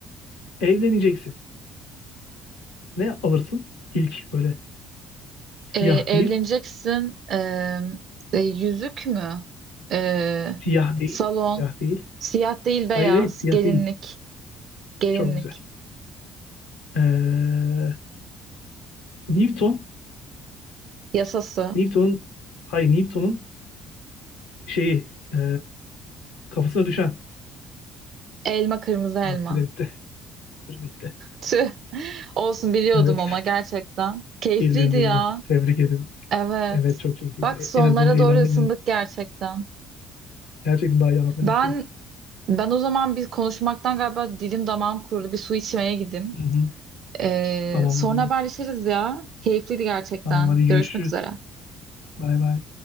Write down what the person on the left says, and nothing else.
evleneceksin. Ne alırsın? İlk böyle
siyah
değil.
Siyah değil.
Siyah değil.
Hayır hayır siyah
değil.
Çok güzel. Ee, Newton.
Newton'un Hayır Newton'un şeyi e, kafasına düşen.
Aa, süre bitti. Süre bitti.
Evet.
Bildim bildim.
Tebrik ederim.
Evet çok keyifliydi.
En azından eğlendim
biraz.
Gerçekten daha iyi anlatmaya
başladık.
Hı hı.
Tamam
o zaman.
Tamam hadi
görüşürüz.
Bay bay.